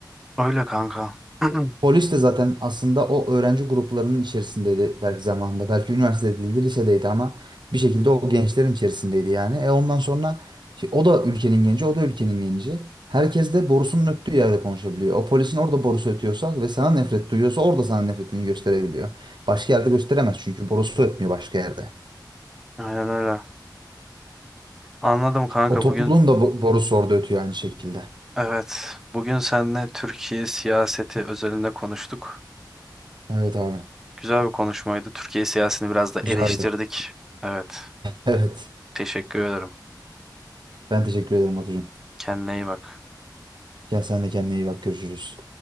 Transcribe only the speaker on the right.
Polis de zaten aslında o öğrenci gruplarının içerisindeydi belki zamanında. Belki üniversitede değildi, lisedeydi ama bir şekilde o gençlerin içerisindeydi yani. E ondan sonra şi- o da ülkenin genci, o da ülkenin genci. Herkes de borusunun öttüğü yerde konuşabiliyor. O polisin orada borusu ötüyorsa ve sana nefret duyuyorsa orada sana nefretini gösterebiliyor. Başka yerde gösteremez çünkü borusu ötmüyor başka yerde.
O topluluğun
da bo- borusu orada ötüyor aynı şekilde.
Evet abi,
güzeldi.
Evet,
ben teşekkür ederim Batucuğum.
Gel sen de kendine iyi bak, görüşürüz.